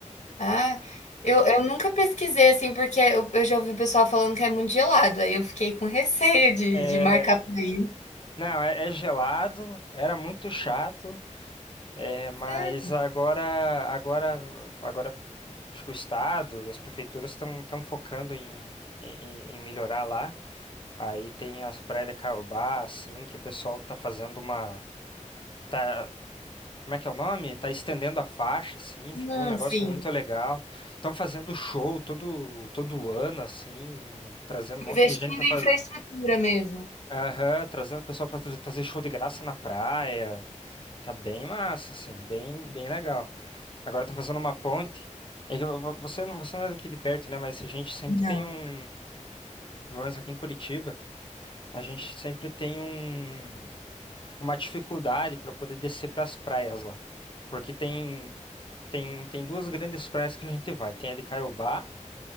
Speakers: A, on the left (about 65°); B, on the left (about 40°).
A: Ah, eu eu nunca pesquisei, assim, porque eu eu já ouvi o pessoal falando que é muito gelado, aí eu fiquei com <laughs> receio de
B: É,
A: de marcar pra ir.
B: não, é, é gelado, era muito chato, é, mas
A: Sério?
B: agora, agora, agora, acho que o estado e as prefeituras estão estão focando em, em, em melhorar lá. Aí tem as praias de Caiobá, assim, que o pessoal tá fazendo uma, tá como é que é o nome? Tá estendendo a faixa, assim,
A: Não,
B: ficou um negócio
A: sim.
B: muito legal. Estão fazendo show todo todo ano, assim, trazendo um monte
A: Investindo
B: de gente para
A: em
B: fazer,
A: infraestrutura mesmo.
B: aham, trazendo o pessoal para fazer show de graça na praia. Tá bem massa, assim, bem bem legal. Agora estão fazendo uma ponte. É que vo- vo- você não, você não é daqui de perto, né? Mas a gente sempre
A: Não.
B: tem um, pelo menos aqui em Curitiba, a gente sempre tem um uma dificuldade para poder descer para as praias lá. Porque tem Tem, tem duas grandes praias que a gente vai. Tem a de Caiobá,